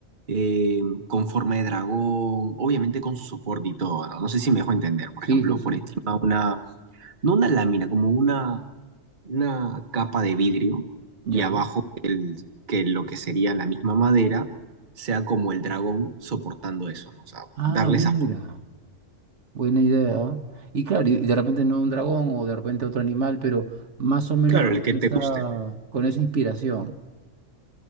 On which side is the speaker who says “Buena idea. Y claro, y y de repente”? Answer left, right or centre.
Right